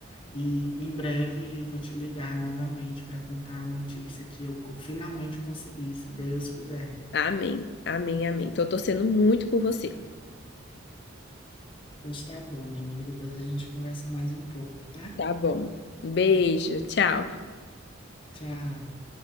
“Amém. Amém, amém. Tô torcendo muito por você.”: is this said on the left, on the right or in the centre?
Left